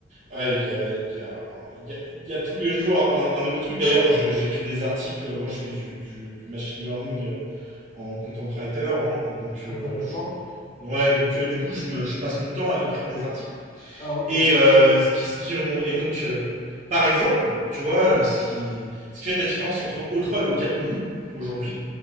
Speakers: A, on the right; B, on the left.
A: ah, il y a, il y a- il y a- il y a tous les jours un, un nouveau truc. D'ailleurs, je- j'écris des articles. Moi, je fais du, du- du machine learning euh, en content writer. hein. donc, euh,
B: intéressant.
A: je- ouais, donc euh, du coup, je, me, je passe mon temps à écrire des articles.
B: Ah ok,
A: Et euh, ce qui, ce qui ont et donc euh, par exemple, tu vois, euh, ce qui ce qui fait la différence entre o trois et o quatre mini aujourd'hui,